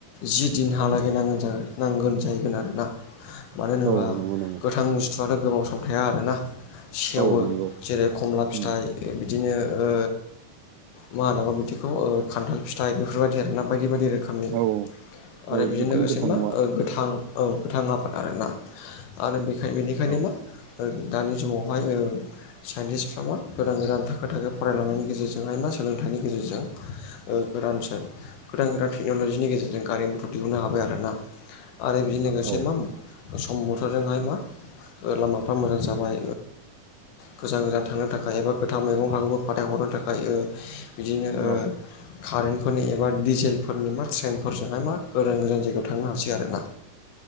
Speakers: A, on the left (about 75°); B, on the right (about 80°).
A: जि दिनहालागै नांगोन नांगोन जाहैगोन आरोना। मानो होनोबा
B: औ नंगौ नंगौ
A: गोथां बुस्थुआथ' गोबाव समाव थाया आरोना सेवो
B: औ नंगौ
A: जेरै खमला फिथाइ
B: उम
A: बिदिनो ओ मा होन्नांगौ बिदिखौ ओ खान्थाल फिथाय बिदिनो आरोना बायदि बायदि रोखोमनि
B: औ। औ
A: आरो बेजों
B: जिखुनु
A: लोगोसे
B: गोथां
A: मा
B: मुवा
A: गोथां औ गोथां आबाद आरोना आरो बेनिखायनो
B: औ
A: मा ओ दानि जुगावहाय ओ सायन्टिसफोरा मा गोदान गोदान थाखो थाखो फरायलांनायनि गेजेरजोंहाय बा सोलोंथाइनि गेजेरजों ओ गोदान गोदान गोदान टेक्नलजिनि गेजेरजों गारि मथर दिहुननो हाबाय आरोना आरो बिजों लोगोसे
B: औ
A: मा सम्बुर जोंहाय मा लामाफ्रा मोजां जाबाय गोजान गोजान थांनो थाखाय एबा गोथां मैगं <unintelligible> खौ फाथायहरनो थाखाय ओ बिदिनो ओ
B: औ
A: कारेन्टफोरनि एबा डिजेलफोरनि मा ट्रेनफोरजोंहाय मा गोजान गोजान जायगायाव थांनो हासै आरोना